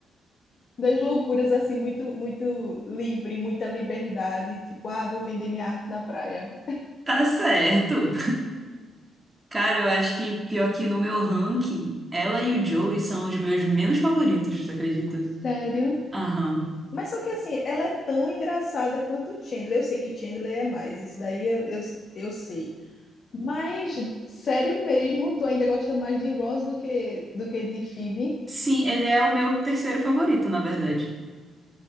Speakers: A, on the left; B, on the right.
A: das loucuras assim, muito muito livre, muita liberdade, tipo, ah, vou vender minha arte na praia.
B: Tá certo. Cara, eu acho que pior que no meu ranking, ela e o Joey são os meus menos favoritos, você acredita?
A: Sério?
B: Aham.
A: Mas só que assim, ela é tão engraçada quanto Chandler. Eu sei que Chandler é mais, isso daí eu, eu, eu sei. Mas, sério mesmo, tu ainda gosta mais de Ross do que, do que de Phoebe?
B: Sim, ele é o meu terceiro favorito, na verdade.